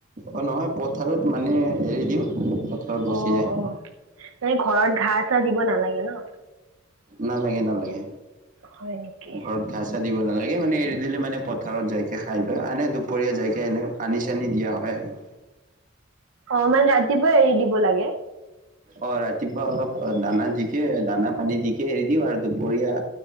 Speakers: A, on the right (about 40°); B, on the right (about 80°).
A: অ নহয় পথাৰত মানে এৰি দিওঁ। পথাৰত গুচি
B: অ
A: যায়
B: অ, তুমি ঘৰত ঘাঁহ-চা দিব নালাগে ন?
A: নালাগে নালাগে,
B: হয় নেকি
A: ঘৰত- ঘাঁহ-চা দিব নালাগে মানে এৰি দিলে মানে পথাৰত যাইকে খাই লয়। এনে দুপৰীয়া যাইকে এনে- পানি-চানি দিয়া হয় আৰু।
B: অঁ মানে ৰাতিপুৱাই এৰি দিব লাগে।
A: অঁ ৰাতিপুৱা অলপ দানা দিকে দানা-পানী দিকে এৰি দিওঁ আৰু দুপৰীয়া।